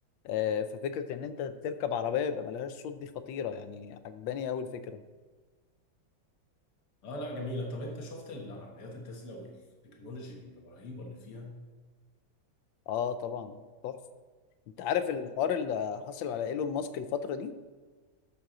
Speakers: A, on the left (about 75°); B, on the left (about 60°).
A: آه، ففكرة ان انت تركب عربية يبقى ملهاش صوت دي خطيرة يعني عجباني اوي الفكرة
B: اه لا جميلة طب انت شفت العربيات التسلا والتكنولوجي الرهيبة اللي فيها
A: اه طبعا تحفه انت عارف الحوار اللي حصل على ايلون ماسك الفتره دي